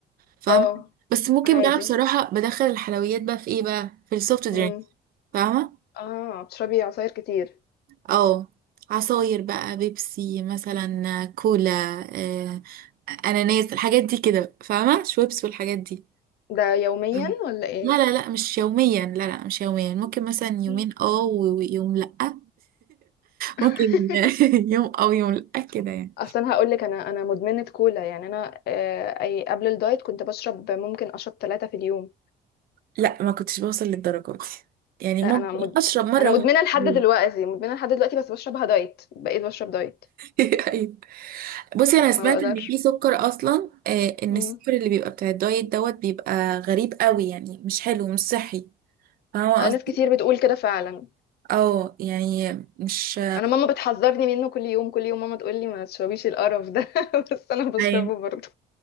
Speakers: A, on the right; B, on the left.
A: فاهمه
B: اه
A: بس ممكن
B: عادي
A: بقى بصراحه بدخل الحلويات بقى في ايه بقى في السوفت درينك
B: امم
A: فاهمه
B: اه بتشربي عصاير كتير
A: اه عصاير بقى بيبسي مثلا كولا آه اناناس الحاجات دي كده فاهمه شويبس والحاجات دي
B: ده يوميا
A: اه.
B: ولا ايه
A: لا لا لا مش يوميا لا لا مش يوميا ممكن مثلا يومين
B: مم.
A: اه و- ويوم لا <laughs>
B: <laughs>
A: ممكن <laughs> يوم او يوم لا كده يعني
B: اصل انا هقول لك انا انا مدمنه كولا يعني انا آه، اي قبل الدايت كنت بشرب ممكن اشرب ثلاثة في اليوم
A: لا ما كنتش بوصل للدرجة دي يعني ممكن
B: آه، انا مد...
A: اشرب مرة
B: انا مدمنه
A: واحدة
B: لحد
A: <laughs>
B: دلوقتي مدمنه لحد دلوقتي بس بشربها دايت بقيت بشرب دايت
A: ايوه بصي انا سمعت
B: ما بقدرش
A: ان في سكر اصلا آه، ان
B: مم.
A: السكر اللي بيبقى بتاع الدايت دوت بيبقى غريب قوي يعني مش حلو مش صحي فاهمه
B: آه،
A: قصدي
B: ناس كتير بتقول كده فعلا
A: اه يعني مش
B: انا ماما بتحذرني منه كل يوم كل يوم ماما تقول لي ما تشربيش القرف ده <laughs> بس انا بشربه
A: أيوة.
B: برضه